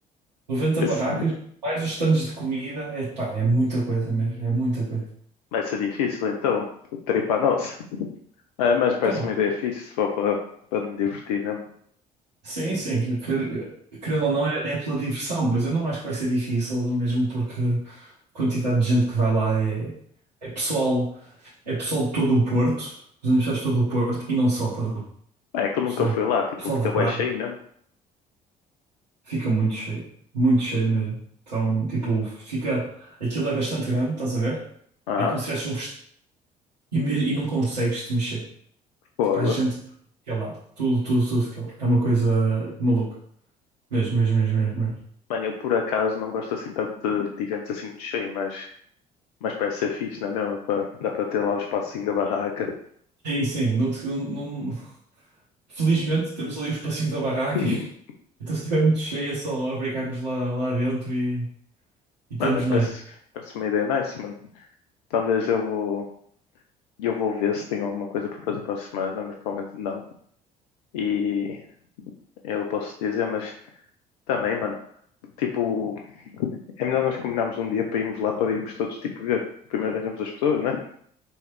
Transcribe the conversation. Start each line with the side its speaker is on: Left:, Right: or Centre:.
Right: 90
Left: Isso
Right: barracas, mais os stands de comida, é, pá, é muita coisa mesmo, é muita coisa.
Left: vai ser difícil, então. Terei para nós. É, mas parece
Right: Pá,
Left: uma ideia fixe, só para para me divertir mesmo.
Right: sim, sim, quer- querendo ou não, é, é pela diversão, mas eu não acho que vai ser difícil, mesmo porque a quantidade de gente que vai lá é, é pessoal, é pessoal de todo o Porto, dos universitários de todo o Porto, e não só, estás a
Left: É que eu
Right: perceber?
Left: nunca fui lá, tipo,
Right: Pessoal
Left: fica
Right: de Braga
Left: bué cheio mesmo.
Right: fica muito cheio, muito cheio mesmo. Então, tipo, fica, aquilo é bastante grande, estás a ver?
Left: Aham,
Right: É como se estivesse num vestido e, me- e não consegues te mexer.
Left: fogo.
Right: Tipo, há gente de cada lado. Tudo, tudo, tudo de cada lado. É uma coisa maluca. Mesmo, mesmo, mesmo, mesmo, mesmo.
Left: Mano, eu por acaso não gosto assim tanto de, de eventos assim muito cheio, mas, mas parece ser fixe, não é mesmo? Pra- dá para ter lá o espacinho da barraca.
Right: Sim, sim. Não, te- não- não- Felizmente temos ali o espacinho da barraca.
Left: <laughs>
Right: <laughs> e- Então, se estiver muito cheio, é só abrigar-nos lá, lá dentro e, e estamos
Left: Não, mas
Right: nice.
Left: parece, parece uma ideia nice, mano. Talvez eu vou, eu vou ver se tenho alguma coisa para fazer para a semana, mas provavelmente não. E eu posso dizer, mas também, mano, tipo, é melhor nós combinarmos um dia para irmos lá para irmos todos, tipo, ver. Primeiro arranjamos as pessoas, né?